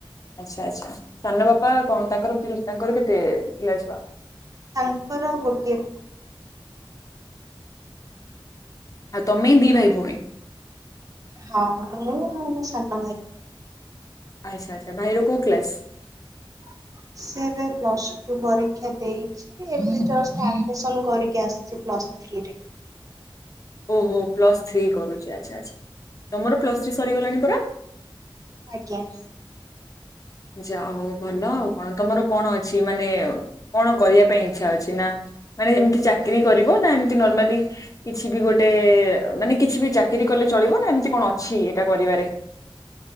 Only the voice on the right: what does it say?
ତାଙ୍କର ଗୋଟିଏ
ହଁ, ମୁଁ ସାନ ଭାଇ।
ହ <unintelligible> ସେଏବେ ପ୍ଲସ ଟୁ ପରୀକ୍ଷା ଦେଇଚି ଏବେ ଜଷ୍ଟ୍ ଆଡ୍ ମିଶନ କରିକି ଆସିଛି ପ୍ଲସ ସ୍ <unintelligible>
ଆଜ୍ଞା